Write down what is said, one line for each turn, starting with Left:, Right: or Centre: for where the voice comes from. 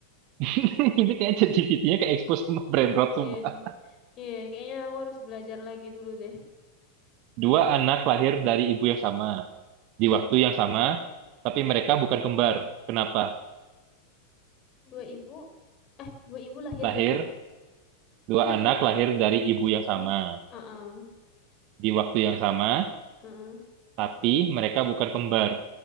Right: <laughs> Ini kayak ChatGPT-nya kayak expose sama brain rot
Left: Iya.
Right: sumpah.
Left: Iya, kayaknya aku harus belajar lagi dulu deh.
Right: Dua anak lahir dari ibu yang sama, di
Left: Mm-mm.
Right: waktu yang sama, tapi mereka bukan kembar. Kenapa?
Left: Dua ibu, eh dua ibu lahir
Right: Lahir,
Left: di anak.
Right: dua
Left: Dua ibu.
Right: anak lahir dari ibu yang
Left: <laughs>
Right: sama,
Left: Heeh.
Right: di waktu yang sama,
Left: Heeh.
Right: tapi mereka bukan kembar.